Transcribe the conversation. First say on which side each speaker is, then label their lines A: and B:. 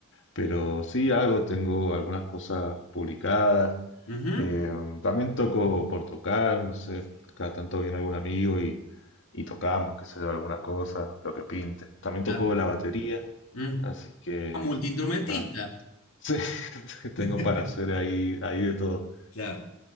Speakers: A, on the left; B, on the left.
A: pero sí hago, tengo algunas cosas publicadas.
B: Ujú,
A: Eh, también toco por tocar, no sé, cada tanto viene algún amigo y, y tocamos, qué sé yo, alguna cosa, lo que pinte. También
B: Claro.
A: toco la batería,
B: mm.
A: así que
B: Ah, multiinstrumentista.
A: nada, <laughs> sí, tengo
B: <laughs>
A: para hacer ahí, ahí de todo.
B: Claro.